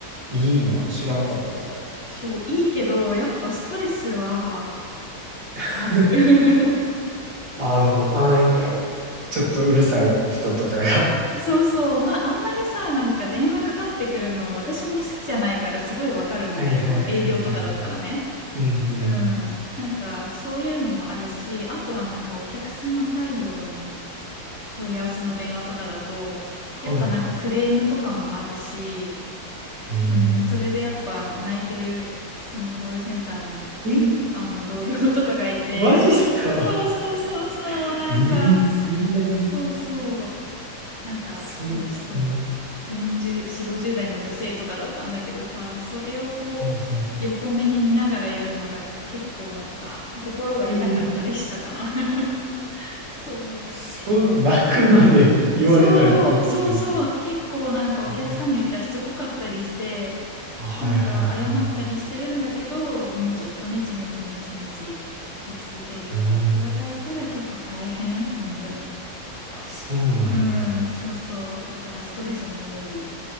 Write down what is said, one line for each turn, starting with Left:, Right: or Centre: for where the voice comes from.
Right: いいんや、知らんかった。
Left: そう、いいけど、やっぱストレスは
Right: <laughs>
Left: ある。<laughs>
Right: ああ、でも、あーなんか、ちょっとうるさい人とかが
Left: そうそう。まあ、あんまりさ、なんか電話かかってくるの、私も好きじゃないからすごいわかるんだけど、
Right: <laughs> はいはいはいはい。
Left: 営業とかだったらね。
Right: うんうんうん。
Left: うん。なんか、そういうのもあるし、あとはなんかお客様対応の問い合わせの電話とかだと、
Right: は
Left: やっぱなんかクレームとかもあるし、
Right: い。えー
Left: うん、それでやっぱ泣いてる、そのコールセンターの、
Right: え、
Left: あの同僚とかがいて、
Right: マジっすか
Left: そうそうそうそう、
Right: <laughs> えー、
Left: なんか、
Right: そんなに
Left: そうそう。なんかそうそう40、
Right: それは、うん。
Left: 4、50代の女性とかだったんだけどさ、それをこう横目に見ながらやるのが結構なんか心が痛かったりしたかな。
Right: うんはい。えー
Left: <laughs> そ
Right: そんな泣くまで言われたりするんや。
Left: う。そう、そうそう。結構なんかお客さんによってはしつこかったりして、
Right: うんあ、はいはいはい。
Left: なんか謝ったりしてるんだけど、もうずっとネチネチネチネチ言い続ける方とかがいたら結構大変、
Right: ええ
Left: 本当に。
Right: あ、そうなんや。
Left: うん、そうそう。だからストレスも多い。